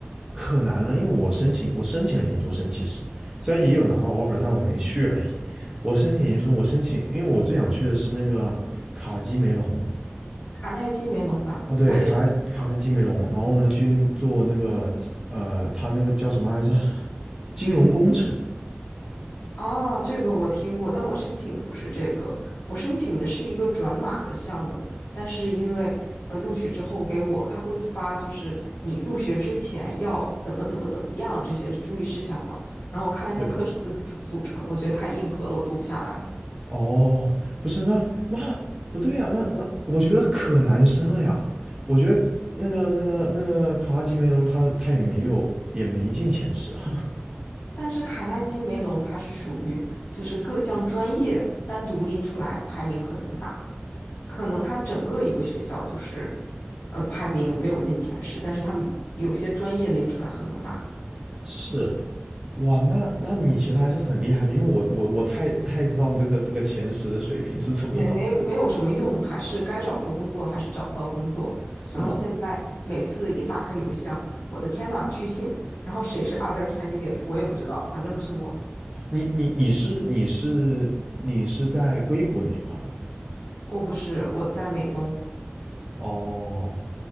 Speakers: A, on the right (about 15°); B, on the left (about 55°).
A: 可难了，因为我申请我申请了研究生，其实虽然也有拿到 offer，但我没去而已。我申请研究生，我申请，因为我最想去的是那个卡基梅隆，
B: 卡耐基梅隆吧，
A: 哦，对，
B: 我也是亲啊
A: 卡莱卡莱基梅隆，然后呢去做那个呃，他那个叫什么来着？金融工程。
B: 啊，这个我听过，但我申请的不是这个，我申请的是一个转码的项目，但是因为呃录取之后给我他会发，就是你入学之前要怎么怎么怎么样这些注意事项嘛，然后我看了一下课程的组组成，
A: 对，
B: 我觉得太硬核了，我读不下来。
A: 哦，不是，那那不对啊，那那我觉得可难升了呀。我觉得那个那个那个卡拉基梅隆他他也没有也没进前十。<laughs>
B: 但是卡耐基梅隆它是属于就是各项专业单独拎出来排名很能打，可能它整个一个学校就是，嗯、排名没有进前十，但是他们有些专业拎出来很能打。
A: 是，哇，那那你其实还是很厉害的，因为我我我太太知道这个这个前十的水平是怎么样，
B: 没没没有什么用，还是该找不到工作，还是找不到工作。
A: <laughs> 是吗？
B: 然后现在每次一打开邮箱，我的天呐，拒信！然后谁是 other candidate，我也不知道，反正不是我，
A: 你你你是你是你是在硅谷那一块儿？
B: 我不是，我在美东，
A: 哦，